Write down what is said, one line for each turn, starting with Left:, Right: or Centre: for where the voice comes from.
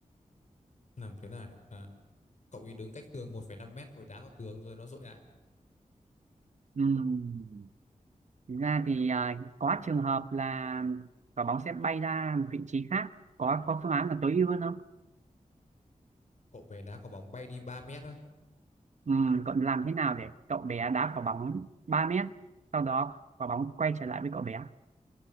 Left: làm thế nào để à, cậu ấy đứng cách tường một phẩy năm mét rồi đá vào tường rồi nó dội lại
Right: Ừm, thực ra thì à, có trường hợp là quả bóng sẽ bay ra một vị trí khác có có phương án là tối ưu hơn không
Left: cậu về đá quả bóng bay đi 3 mét á
Right: Ừm, cậu làm thế nào để cậu bé đá quả bóng 3 mét sau đó quả bóng quay trở lại với cậu bé